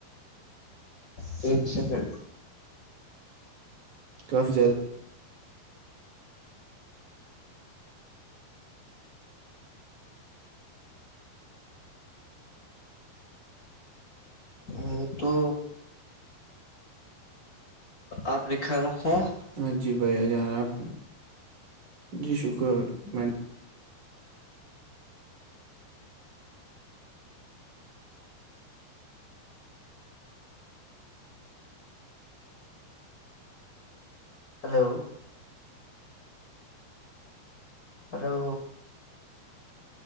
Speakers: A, on the left; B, on the right.
A: ٹیک سیک <unintelligible>
B: کافی زیادہ <inaudible>
A: یہ تو آپ لکھ رکھو <unintelligible>
B: ہاں جی بھائی ا جان آپ جی شکر میں نے
A: ہلو <unintelligible> ہلو